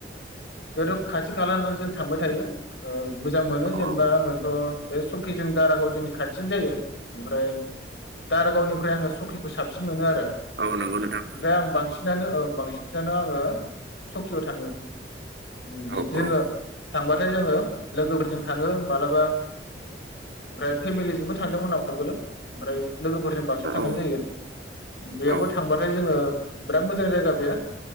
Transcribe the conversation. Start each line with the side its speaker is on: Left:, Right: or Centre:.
Left: बेथ' खाथि खाला ना जों थांबाय थायो। ओ मोजां मोनो
Right: औ
Left: जेनबा
Right: औ
Left: आङोथ' बे सकिजों दारागाव जोंनि खाथियानो जायो। ओमफ्राय दारागावनिफ्राय आङो सकिखौ साबसिन मोनो आरो ओमफ्राय
Right: औ नंगौ नोंथां
Left: आं बांसिनानो बांसिन <unintelligible> आङो सकियाव थाङो। उम बि
Right: औ
Left: जोङो
Right: औ
Left: थांबाथाय जोङो लोगोफोर जों थाङो मालाबा ओमफ्राय फेमिलिजोंबो थांदोंमोन आं आवगोलो ओमफ्राय लोगोफोरजों बांसिन थांनाय
Right: औ
Left: जायो। बेयावबो
Right: औ
Left: थांबाथाय जोङो बिराद मोज जां जायगा बेयो